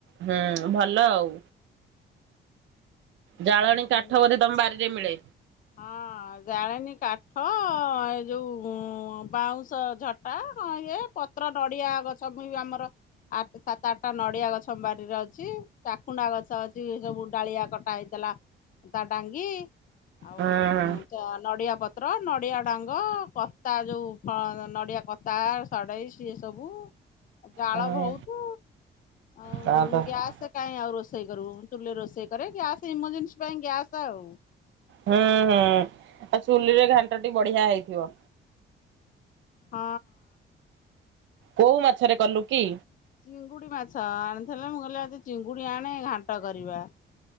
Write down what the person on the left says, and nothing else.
ଉଁ
ହଁ ଜାଳେଣି କାଠ ଏ ଯୋଉ ବାଉଁଶ ଝଟା ହଁ ଇଏ। ପତ୍ର ନଡିଆ ଗଛ ବି ଆମର। ଆଠ ସାତ ଆଠଟା ନଡିଆ ଗଛ ଆମ ବାରିରେ ଅଛି। ଚାକୁଣ୍ଡା ଗଛ ଅଛି ସବୁ ଡାଳିଆ କଟା ହେଇ ଥିଲା ତା ଡାଙ୍ଗି ଆଉ
ତ ନଡ଼ିଆ ପତ୍ର ନଡ଼ିଆ ଡାଙ୍ଗ କତା ଯୋଉ ଫ ନଡ଼ିଆ କତା। ସଡ଼େଇ ସିଏ ସବୁ ଜାଳ
ବହୁତ, ଆଉ
ଗ୍ୟାସ୍ କାଇଁ ଆଉ ରୋଷେଇ କରିବୁ। ଚୁଲିରେ ରୋଷେଇ କରେ ଗ୍ୟାସ୍ ଇମର୍ଜେନ୍ସି ପାଇଁ ଗ୍ୟାସ୍ ଆଉ।
ହଁ।
ଚିଙ୍ଗୁଡି ମାଛ ଆଣିଥିଲେ, ମୁଁ କହିଲି ଆଜି ଚିଙ୍ଗୁଡ଼ି ଆଣେ ଘାଣ୍ଟ କରିବା।